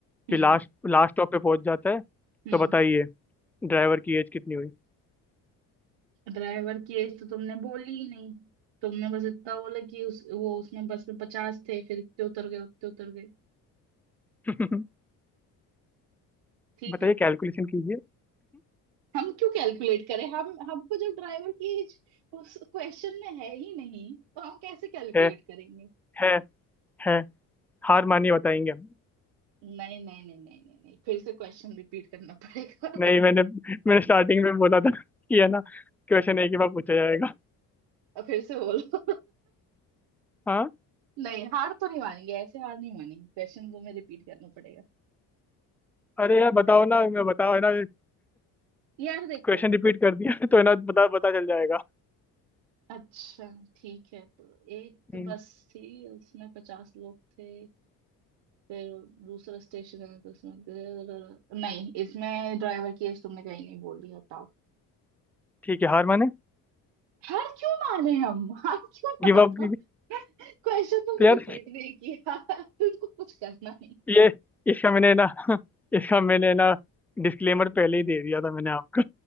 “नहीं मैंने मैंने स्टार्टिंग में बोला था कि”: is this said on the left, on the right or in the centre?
Centre